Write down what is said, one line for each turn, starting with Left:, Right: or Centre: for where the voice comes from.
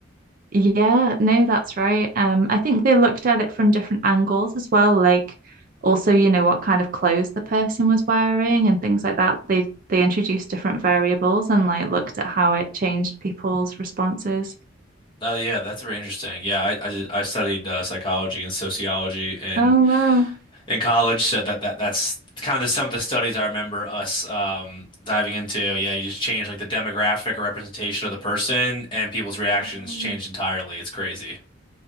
Right: Yeah, no, that's right. Um, I think they looked at it from different angles as well, like also, you know, what kind of clothes the person was wearing and things like that. They they introduced different variables and like looked at how it changed people's responses.
Left: Oh yeah, that's very interesting. Yeah, I I, did, I studied uh, psychology and sociology in
Right: Oh, wow.
Left: in college, so that that that's kind of the, some of the studies I remember us um, diving into. Yeah, you just change like the demographic or representation of the person, and people's reactions
Right: Mm.
Left: changed entirely. It's crazy.